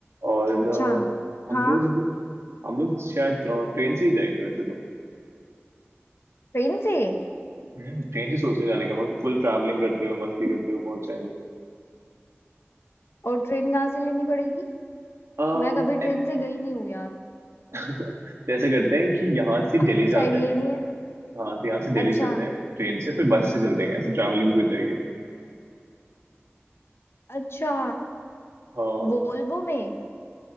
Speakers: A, on the right; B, on the left.
A: और
B: अच्छा
A: अ, हम
B: हाँ
A: लोग हम लोग शायद ट्रेन से ही जाएंगे वैसे तो
B: ट्रेन से
A: हम्म ट्रेन से सोच रहे हैं जाने का मतलब फुल ट्रैवलिंग करते हुए मस्ती करते हुए पहुंच
B: और ट्रेन कहाँ से लेनी पड़ेगी
A: जाएंगे
B: मैं कभी ट्रेन से गई नहीं हूँ यार
A: <laughs> तो ऐसा करते हैं कि यहाँ से
B: <laughs>
A: दिल्ली
B: कुछ
A: जाते
B: आइडिया
A: हैं
B: ही नहीं है
A: हाँ तो यहाँ से दिल्ली
B: अच्छा
A: चलते हैं ट्रेन से फिर बस से चलते हैं ऐसे ट्रैवलिंग भी हो जाएगी
B: अच्छा
A: हाँ
B: वोल्वो में